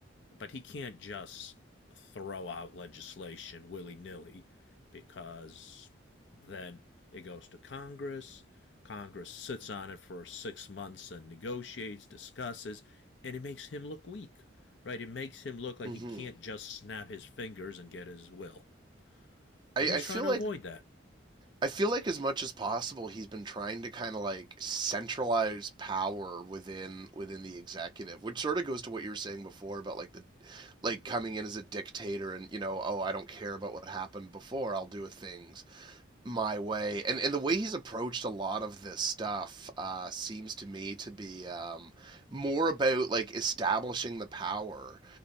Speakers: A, on the left (about 60°); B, on the right (about 25°).
A: But he can't just throw out legislation willy nilly because then it goes to Congress. Congress sits on it for six months and negotiates, discusses, and it makes him look weak, right? It makes him look like
B: Mm-hmm.
A: he can't just snap his fingers and get his will.
B: I,
A: And he's
B: I feel
A: trying to
B: like
A: avoid that.
B: I feel like as much as possible he's been trying to kind of like centralize power within within the executive, which sort of goes to what you were saying before about like the like coming in as a dictator and you know, oh, I don't care about what happened before. I'll do things my way. And and the way he's approached a lot of this stuff uh, seems to me to be um, more about like establishing the power